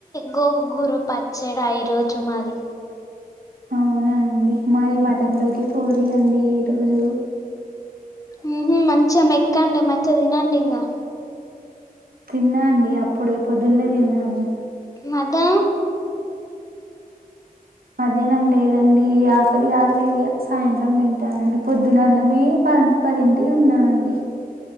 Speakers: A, on the left; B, on the right.
A: గోగుర పచ్చాడ ఈరోజు మాది.
B: అవునా అండి మాది మటన్ లోకి పూరి అండి ఈరోజు.
A: ఊహ్మ్ మంచిగ మెక్కండి మంచిగా తినండి ఇంగా.
B: తిన్నా అండి అప్పుడే పొద్దున్నే తిన్నాను.
A: మదా.
B: మధ్యాహ్నం లేదండి ఆకలి కాట్లేదు ఇగ సాయంత్రం తింటానండి పొద్దున అన్నమే. ప పదింటికి తిన్నానండి.